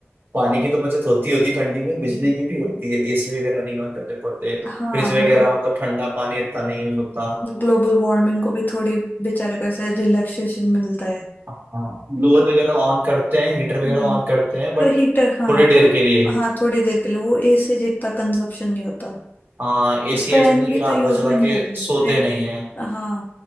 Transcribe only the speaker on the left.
हाँ
मतलब
ग्लोबल वार्मिंग को भी थोड़ी बेचारे को ऐसे रिलैक्सेशन मिलता है
हम्म
पर हीटर हाँ
पर
हाँ थोड़ी देर के लिए वो एसी जितना कंजप्शन नहीं होता
और फैन
भी
तो यूज
में नहीं
आते
फैन
हाँ